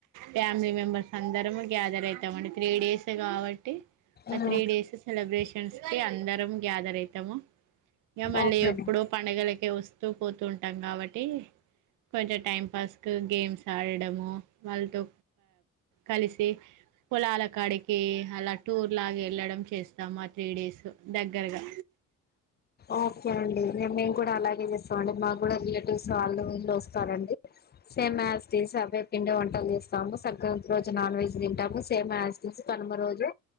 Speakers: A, on the right; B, on the left.
A: ఫ్యామిలీ మెంబర్స్ అందరము గ్యాదర్ అయితామండి త్రీ డేస్ కాబట్టి అ
B: ఉమ్,
A: త్రీ డేస్ సెలబ్రేషన్స్ అందరం గ్యాదర్ అయితము ఇంక మళ్ళీ
B: ఓకే
A: ఎప్పుడో
B: అండి
A: పండుగలకే వస్త వస్తూ పోతూటాం కాబట్టి కొంచెం టైం పాస్ క గేమ్స్ ఆడడము వాళ్ళతో కలిసి పోలాల కాడికి అలా టూర్ లాగ వెళ్ళడం చేస్తాము ఆ త్రీ డేస్ సో దగ్గరగా
B: ఓకే అండిే రేపు నేన్ కూడ అలాగే చేస్తాం అండి మాకు కూడా రిలేటివ్స్ వాళ్ళు వీళ్ళు వస్తారండి సేమ్ హ్యాస్ టీజ్ అవే పిండి వంటలు చేస్తాము సంక్రాంతి రోజు నాన్ వెజ్ తింటాము సేమ్ హ్యాస్ టీజ్ కనుమ రోజు